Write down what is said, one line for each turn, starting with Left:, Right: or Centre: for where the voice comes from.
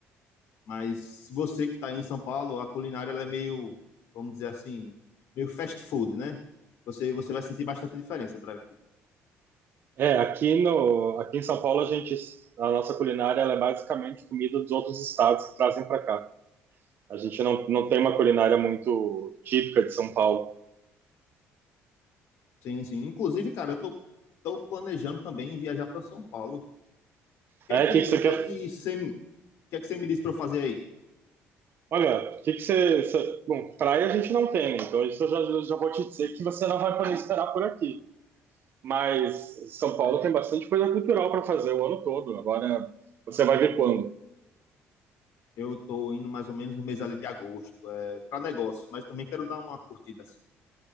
Left: mas você que está aí em São Paulo, a culinária ela é meio, vamos dizer assim, meio fast food, né? Você, você vai sentir bastante diferença para aqui.
Right: É, aqui no aqui em São Paulo a gente a nossa culinária ela é basicamente comida dos outros estados que trazem para cá. A gente não, não tem uma culinária muito típica de São Paulo.
Left: Sim, sim. Inclusive, cara, eu tô, tô planejando também viajar para São Paulo. O que
Right: É,
Left: é que,
Right: o que que você quer?
Left: que, é que, você, me- que é que você me disse para eu fazer aí?
Right: Olha, o que que você, você- Bom, praia a gente não tem, né? então isso eu já, já vou te dizer que você não vai poder esperar por aqui. Mas São Paulo tem bastante coisa cultural para fazer o ano todo. Agora você vai ver quando.
Left: Eu tô indo mais ou menos no mês ali de agosto, é, para negócios, mas também quero dar uma curtida assim.